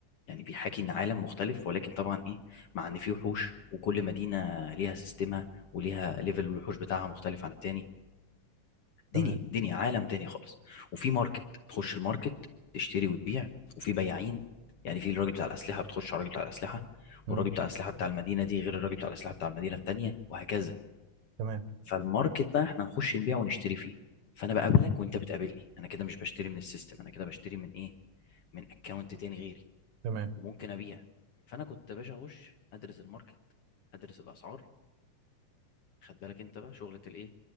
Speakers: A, on the left (about 60°); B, on the right (about 75°).
A: يعني بيحاكي ان عالم مختلف ولكن طبعا ايه مع ان فيه وحوش وكل مدينه ليها سيستمها وليها ليفل الوحوش بتاعها مختلف عن التاني دنيا
B: تمام
A: دنيا عالم تاني خالص وفي ماركت تخش الماركت تشتري وتبيع وفي بياعين يعني في الراجل بتاع الأسلحة بتخش على الراجل بتاع الأسلحة
B: مم.
A: والراجل بتاع الأسلحة بتاع المدينة دي غير الراجل بتاع الأسلحة بتاع المدينة التانية وهكذا
B: تمام
A: فالماركت بقى احنا نخش نبيع ونشتري فيه فأنا بقابلك وأنت بتقابلني أنا كده مش بشتري من السيستم أنا كده بشتري من إيه من أكونت تاني غيري
B: تمام
A: وممكن أبيع فأنا كنت يا باشا أخش أدرس الماركت أدرس الأسعار خد بالك أنت بقى شغلة الإيه